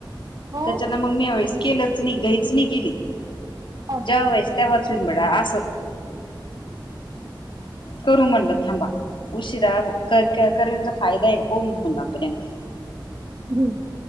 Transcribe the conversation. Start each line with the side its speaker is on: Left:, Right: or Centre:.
Right: हो
Left: त्याच्यान मी मंग ह्यावेळेस केलच नाही घाईच नाही केली
Right: बर
Left: जेव्हा व्हायचं तेव्हाच.... अस करू म्हणल थांबा उशिरा करण्याचा फायदा आहे पाहू म्हणलं आपण एकदा..
Right: हम्म